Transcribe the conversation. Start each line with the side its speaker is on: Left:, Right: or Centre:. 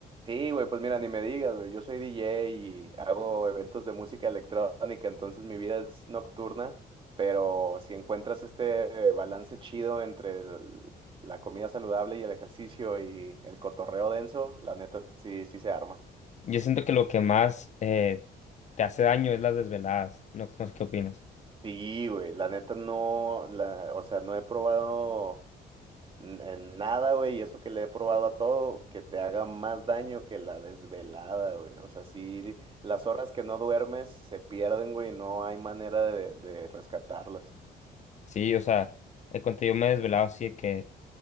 Right: Sí, güey, pues mira, ni me digas, güey. Yo soy DJ y hago eventos de música electrónica, entonces mi vida es nocturna, pero si encuentras este eh, balance chido entre el- la comida saludable y el ejercicio y el cotorreo denso, la neta sí, sí se arma.
Left: Yo siento que lo que más eh, te hace daño es las desveladas. No, no sé qué opinas.
Right: Sí, güey, la neta no, la, o sea, no he probado. n- En nada, güey, y eso que le he probado a todo, que te haga más daño que la desvelada, güey. O sea, sí, las horas que no duermes se pierden, güey, no hay manera de, de rescatarlas.
Left: Sí, o sea, de cuenta yo me he desvelado así de que